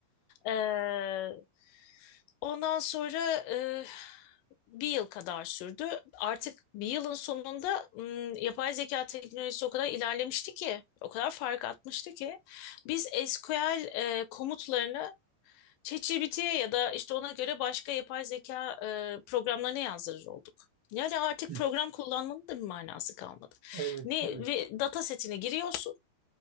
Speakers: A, on the left; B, on the right.
A: Ee, ondan sonra e, bir yıl kadar sürdü. Artık bir yılın sonunda m, yapay zeka teknolojisi o kadar ilerlemişti ki, o kadar fark atmıştı ki biz SQL e, komutlarını ChatGPT'ye ya da işte ona göre başka yapay zeka e, programlarına yazdırır olduk. Yani artık
B: Hı,
A: program kullanmanın da bir manası kalmadı.
B: Evet,
A: Ne
B: evet.
A: ve data setine giriyorsun